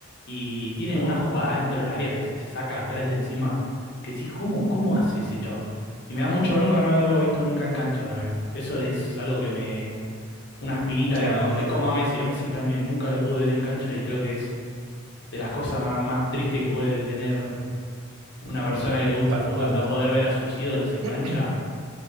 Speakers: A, on the left; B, on the right.
A: y tiene una jugada dentro del área que se saca a tres de encima. Que decís, ¿cómo, cómo hace ese chabón? Y me da mucha bronca no haberlo visto nunca en cancha también. Eso es algo que me... Una espinita
B: Ya,
A: que no...
B: ya,
A: Es como
B: ya.
A: a Messi. A Messi también nunca lo pude ver en cancha y creo que es de las cosas más, más tristes que puede tener una persona que le gusta
B: Tal
A: el fútbol,
B: cual,
A: no
B: tal
A: poder
B: cual.
A: ver a sus
B: <clears throat>
A: ídolos en cancha.